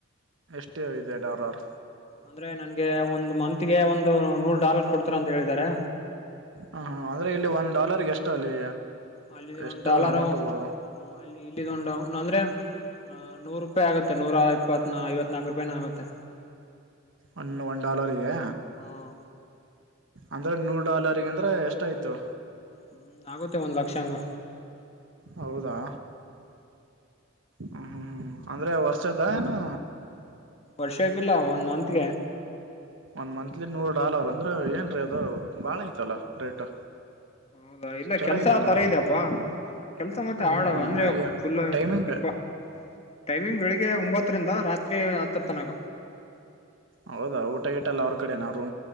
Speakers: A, on the right (about 65°); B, on the left (about 30°).
A: ಎಷ್ಟು ಇದೆ ಡಾಲರ್
B: ಅಂದ್ರೆ ನನ್ಗೆ ಒಂದು ಮತ್ಗೆ ಒಂದು ನೂರು ಡಾಲರ್ ಕೊಡ್ತಾರ ಅಂತ ಹೇಳಿದಿದ್ದಾರೆ
A: ಹ ಹ ಅಂದ್ರೆ ಇಲ್ಲಿ ಒಂದ್ ಡಾಲರ್ಗೆ ಎಷ್ಟು ಅಲ್ಲಿ
B: ಅಲ್ಲ
A: ಎಷ್ಟು
B: ಒಂದು್ ಡಾಲರ್
A: ಅಮೌಂಟ್ ಬರುವ
B: ಅಲ್ಲಿ ಇಲ್ಲಿ ಒಂದು ಅಂದ್ರೆ ನೂರು ರೂಪಾಯಿ ಆಗುತ್ತೆ ನೂರಾ ಇಪ್ಪತ್ ನ ಐವತ್ನಾಾಲ್ಕು ರೂಪಾಯನ ಆಗುತ್ತೆ
A: ಒನ್ ಒನ್ ಡಾಲರ್ಗೆ
B: ಹ್ಮ್
A: ಅಂದ್ರೆ ನೂರು ಡಾಲರ್ಗ ಅಂದ್ರೆ ಎಷ್ಟಯ್ತು
B: ಹ್ಮ್ ಆಗುತ್ತೆ ಒಂದ್ ಲಕ್ಷ ಅಂಗ
A: ಹೌದಾ ಹ್ಮ ಹ್ಮ್ ಹ್ಮ್ ಅಂದ್ರೆ ವರ್ಷದ ಏನು
B: ವರ್ಷ ಆಕಿಲ್ಲ ಒಂದ್ ಮಂತ್ಗೆ
A: ಒಂದ್ ಮಂತ್ಲಿ ನೂರ ಡಾಲರ್ ಅಂದ್ರೆ ಏನ್ ರೀ ಅದು ಬಾಳ ಐತಲ್ಲ ರೇಟ್
B: ಹೌದಾ ಇಲ್ಲ
A: ಚಲೋ
B: ಕೆಲ್ಸ
A: ಇದೆಯಲ್ಲ
B: ತರ ಇದ್ಯಪ್ಪಾ ಕೆಲ್ಸ ಮತ್ತೆ
A: ಹ್ಮ್
B: ಆಡವ ಅಂದ್ರೆ
A: ನನಗೆ
B: ಫುಲ್
A: ಟೈಮಿಂಗ್
B: ಪಪ್ಪ ಟೈಮಿಂಗ್ ಬೆಳಿಗ್ಗೆ ಒಂಬತ್ತರಿಂದ ರಾತ್ರಿ ಹತ್ತರ ತನಕ
A: ಹೌದಾ ಊಟಗ ಇಟ್ಟಲ್ಲ ಅವ್ರ ಕಡೆ ನ